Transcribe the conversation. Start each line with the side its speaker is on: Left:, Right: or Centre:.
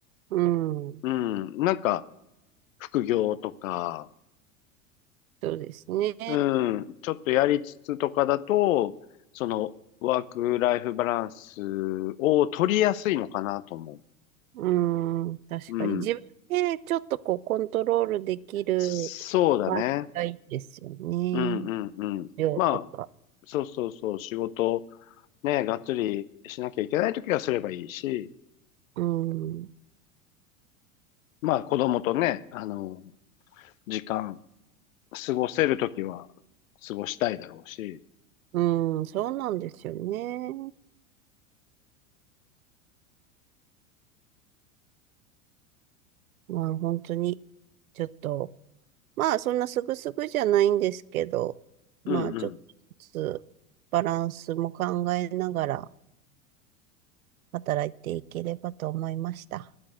Right: うん、
Left: うん、なんか副業とか、
Right: そうですね。
Left: うん、ちょっとやりつつとかだと、その、ワークライフバランスを取りやすいのかなと思
Right: うん、確かに自分でちょっとこうコントロールできる感じがいいですよね。
Left: う。うん。そうだね。うんうんうん。
Right: 量とか。
Left: まあ、そうそうそう、仕事、ね、がっつりしなきゃいけないときはすればいいし、
Right: うん、
Left: まあ子供とね、あの、時間、過ごせるときは過ごしたいだろうし、
Right: うん、そうなんですよね。まあ本当に、ちょっとまあ、そんなすぐすぐじゃないんですけど、まあ、
Left: うん
Right: ちょっとずつバランスも考えながら働いていければと思いました。